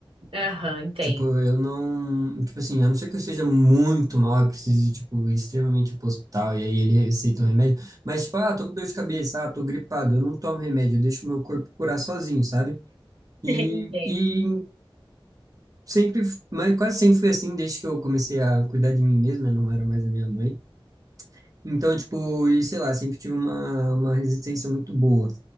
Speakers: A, on the right; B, on the right.
A: Aham, entendo.
B: Tipo, eu não, tipo assim, a não ser que eu esteja muito mal, eu precise, tipo, extremamente ir pro hospital, e aí ele receita um remédio. Mas, tipo, ah, tô com dor de cabeça, ah, tô gripado, eu não tomo remédio, eu deixo meu corpo curar sozinho, sabe? E,
A: <laughs> Entendo.
B: e sempre, mas quase sempre foi assim desde que eu comecei a cuidar de mim mesmo, né? Não era mais a minha mãe. Então, tipo, e sei lá, sempre tive uma, uma resistência muito boa.